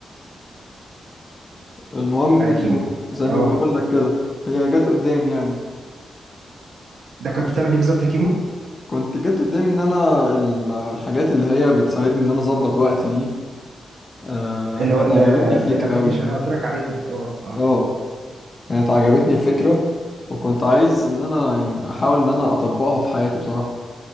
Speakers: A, on the left; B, on the right.
A: المهم
B: ايوه
A: زي
B: كيمو
A: ما زي
B: اه
A: ما بقول لك كده هي جت قدامي يعني
B: ده كنت بتعمل ايه بالظبط يا كيمو
A: كنت جت قدامي ان انا ال- الحاجات اللي هي بتساعدني ان انا اظبط وقتي دي آه
B: اللي
A: كانت
B: هو الابلكيشن
A: مم. عجبتني الفكره قوي يعني
B: اللي انا قلت لك عليه ده اه اه
A: اه كانت عجبتني الفكره وكنت عايز ان انا يعني احاول ان انا اطبقها في حياتي بصراحه